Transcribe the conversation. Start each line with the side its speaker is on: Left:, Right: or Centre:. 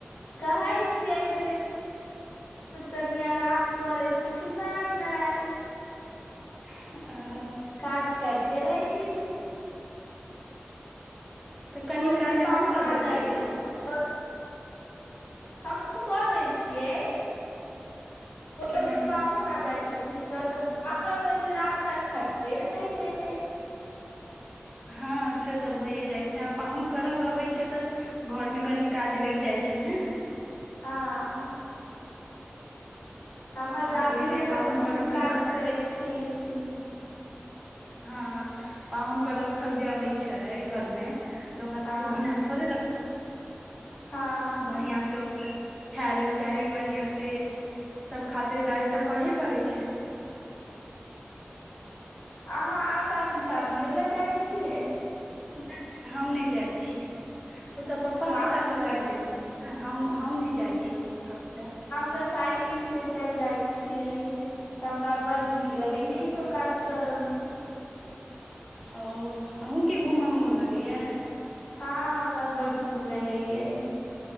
Left: कहै छियै जे तनी आरााम करैत कहै छै नय नय
Centre: ओ
Left: काज करिते रहै छै दिन
Centre: तऽ कनि
Left: कोइ
Centre: काज
Left: जे पाहुन
Centre: अहूँ कऽ
Left: आ
Centre: देल
Left: जाइ
Centre: करियौ
Left: छथि त हमू क दै छियै कोइ
Centre: हँ
Left: जे पाहुन आ जाइ छथिन त त बारह बजे राति तक खटते रहै छै
Centre: हँ से त भइए जाइ छै आ पाहुन परक‌ अबै छै त घर मे कनी काज लगि जाइ छै ने
Left: हँ हमर दादियो
Centre: आब ओहिमे
Left: सब
Centre: पाहुन
Left: खूब
Centre: परखके
Left: काज
Centre: बढ़िआँ
Left: करे
Centre: से
Left: छैथि
Centre: हँ पाहुन परख सब जे अबै छै घर मे त ओकरा
Left: हँ
Centre: सबके ओहिना थोड़े
Left: हँ
Centre: बढ़िआ से ओ खाय लेल चाही बढिआ से सब खातरदारी त करहे पड़ै छै
Left: अहाँ आटा पिसाबियो लए जाइ छियै
Centre: नहि हम नहि जाइ छियै ओ त पप्पा
Left: हम
Centre: पिसा क लाबि दै छथि हम नहि जाइ छियै ओसभ काज लए
Left: त साइकिल से चलि जाय छियै हमरा बड नीक लगे या ई सब काज क्या मे
Centre: ओ अहुके घूमयमे मोन लगैए य
Left: हँ हमरा बड मन लगै य